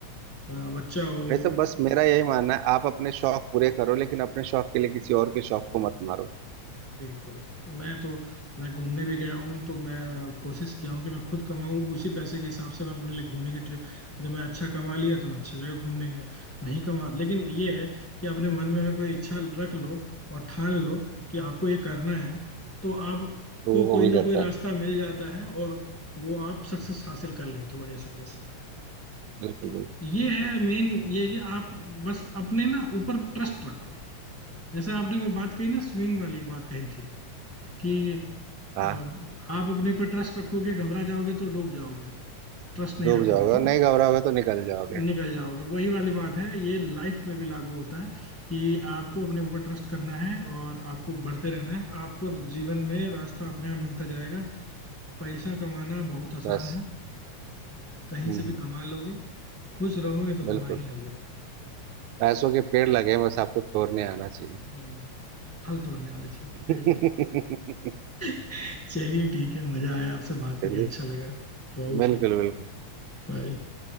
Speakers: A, on the left; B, on the right.
A: अ, बच्चा हो
B: वैसे बस मेरा यही मानना है आप अपने शौक पूरे करो लेकिन अपने शौक के लिए किसी और के शौक को मत मारो
A: बिल्कुल मैं तो मैं घूमने भी
B: ठीक
A: गया
B: है
A: हूँ तो मैं कोशिश किया हूँ कि मैं खुद कमाऊँ उसी पैसे के हिसाब से मैं अपने लिए घूमने की ट्रिप जब मैं अच्छा कमा लिया तो मैं अच्छी जगह घूमने गया नहीं कमा लेकिन ये है कि अपने मन में अगर कोई इच्छा रख लो और ठान लो कि आपको ये करना है तो आपको
B: तो वो
A: कोई
B: हो भी
A: ना
B: जाता
A: कोई रास्ता
B: है
A: मिल जाता है और वो आप सक्सेस हासिल कर लेते हो बड़ी आसानी से
B: बिल्कुल
A: तो
B: बिल्कुल
A: ये है मेन ये है कि आप बस अपने ना ऊपर ट्रस्ट रखो जैसे आपने वो बात कही ना स्विंग वाली बात कही थी कि अब
B: हाँ
A: आप अपने पर ट्रस्ट रखोगे घबरा जाओगे तो डूब जाओगे ट्रस्ट नहीं
B: डूब
A: रखोगे
B: जाओगे
A: तो
B: नहीं घबराओगे तो निकल जाओगे
A: निकल जाओगे वही वाली बात है ये लाइफ में भी लागू होता है कि आपको अपने ऊपर ट्रस्ट करना है और आपको बढ़ते रहना है आपको जीवन में रास्ता अपने आप मिलता जाएगा पैसा कमाना बहुत आसान
B: बस
A: है कहीं
B: हम्म
A: से
B: हम्म,
A: भी कमा लोगे खुश रहोगे तो कमा
B: बिल्कुल
A: ही लोगे
B: पैसों के पेड़ लगे हैं, बस आपको तोड़ने आना चाहिए
A: हम्म फल तोड़ने आना चाहिए
B: <laughs>
A: पेड़ नहीं <laughs> चलिए ठीक है मजा आया आपसे बात करके
B: चलिए
A: अच्छा लगा ओके
B: बिल्कुल बिल्कुल
A: बाय